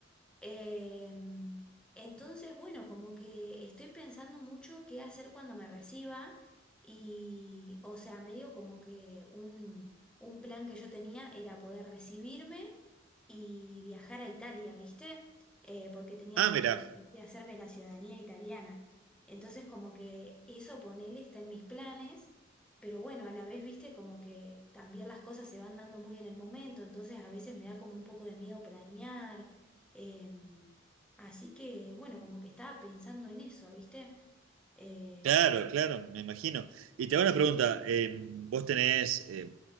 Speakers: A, in the centre; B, on the right.
A: Em, entonces, bueno, como que estoy pensando mucho qué hacer cuando me reciba y, o sea, medio como que un, un plan que yo tenía era poder recibirme y viajar a Italia, ¿viste? Eh, porque tenía
B: Ah,
A: ganas
B: mira,
A: de, de hacerme la ciudadanía italiana. Entonces, como que eso, ponele, está en mis planes, pero bueno, a la vez, ¿viste? Como que también las cosas se van dando muy en el momento, entonces a veces me da como un poco de miedo planear. Em, así que, bueno, como que estaba pensando en eso, ¿viste? Eh,
B: claro, claro, me imagino. Y te hago una pregunta, eh, ¿vos tenés eh,